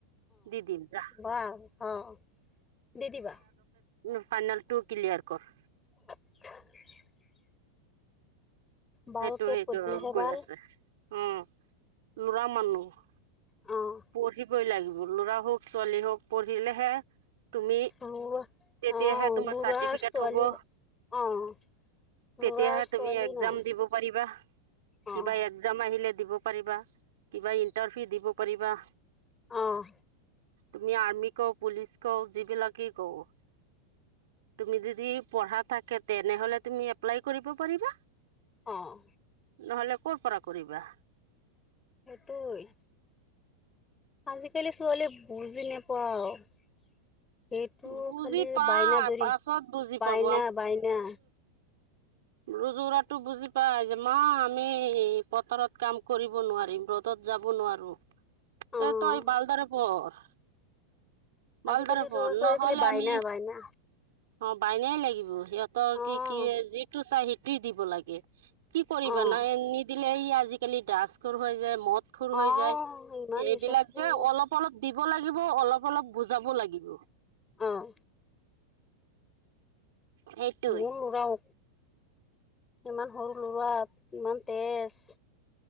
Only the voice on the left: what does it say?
বাহ অ দি দিবা।
<unintelligible> <unintelligible> বালকে
পঢ়িলেহে
বাল
অঁ
ল'ৰা
অঁ
ল'ৰা
ছোৱালী
অঁ ল'ৰা
ছোৱালী
নাই
অঁ
আহঁ।
অঁ।
সেইটোৱেই। আজিকালি ছোৱালীয়ে বুজি নপোৱা আৰু এইটো
খালি
বাইনা ধৰি
বাইনা
বাইনা।
অঁ
আজিকালি
ল'ৰা ছোৱালী
খালি বাইনা
বাইনা
অঁ
অঁ
অঁ
ইমান
নিচাকুৰ
অঁ
মোৰ লৰাও ইমান সৰু ল'ৰা ইমান তেজ।